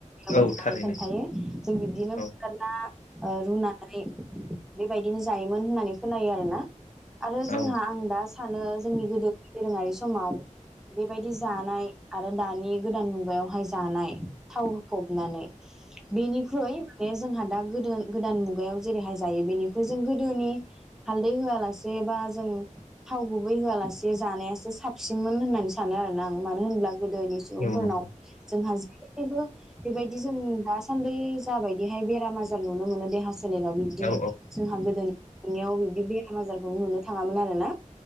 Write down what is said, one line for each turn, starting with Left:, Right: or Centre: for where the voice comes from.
Centre: आबौमोनाहाय
Left: औ थारैनो
Centre: खोनथायो जों बिब्दिनो
Left: औ
Centre: बुथारना ओ रुना नै बेबायदिनो जायोमोन होननानै खो खोनायो आरो ना। आरो जोंहा
Left: औ
Centre: आं दा सानो जे जोंनि गोदो दोरोङारि समाव बेबायदि जानाय आरो दानि गोदान मुगायावहाय जानाय थाव होफबनानै बेनिख्रुइ बे जोंहा दा गोदो गोदान मुगायाव जेरैहाय जायो बेनिख्रुइ जों गोदोनि हालदै होआलासे बा जों थाव गुबै होआलासे जानायासो साबसिनमोन होननानै सानो आरोना आं मानो होनब्ला गोदोनि सुबुंफोरनाव
Left: औ नंगौ
Centre: गासैबो बेबायदि जों दासान्दै जाबायदिहाय बेराम आजार नुनो मोनो देहा सो सोलेराव बिब्दि
Left: औ
Centre: जोंहा गोदोनियाव बिबदि बे बेमार आजारखौनो नुनो थाङामोन आरो ना?